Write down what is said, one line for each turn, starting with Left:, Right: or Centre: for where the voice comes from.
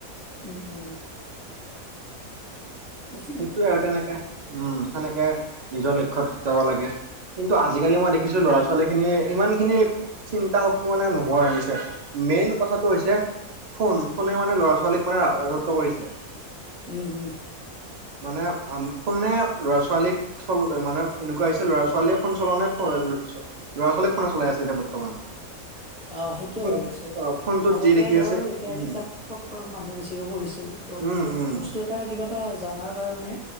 Centre: <unintelligible> <unintelligible>
Right: সেইটোয়ে আৰু তেনেকে, উম সেনেকে নিজৰ লক্ষ্যত যাব লাগে। কিন্তু আজিকালি মই দেখিছো ল'ৰা ছোৱালী খিনি ইমান খিনি- চিন্তা শক্তি মানে নোহোৱাহৈ গৈছে। মেইন কথাটো হৈছে ফোন, ফোনে মানে ল'ৰা ছোৱালীক ৰাজত্ব কৰিছে।
Centre: উম, উম।
Right: মানে আ ফোনে ফালে ল'ৰা ছোৱালীক- আচলতে মানে এনেকুৱা হৈছে ল'ৰা ছোৱালীয়ে ফোন চলালে- ল'ৰা ছোৱালী ফোন চলাই আছে এতিয়া বৰ্তমান।
Centre: অঁ সেইটোয়ে
Right: ফোন
Centre: হৈ আছে।
Right: অ' ফোনটোত
Centre: আগতে
Right: যি লিখি
Centre: ধৰ
Right: আছে
Centre: এতিয়া
Right: উম
Centre: কিতাপ পত্ৰ মানুহে বেছিকে পঢ়িছিল ত'
Right: উম উম
Centre: বস্তু- এটা কিবা এটা জানাৰ কাৰণে